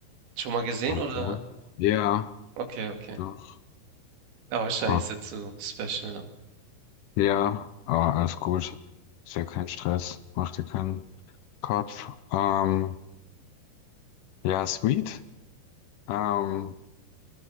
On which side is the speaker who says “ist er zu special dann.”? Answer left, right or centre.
Right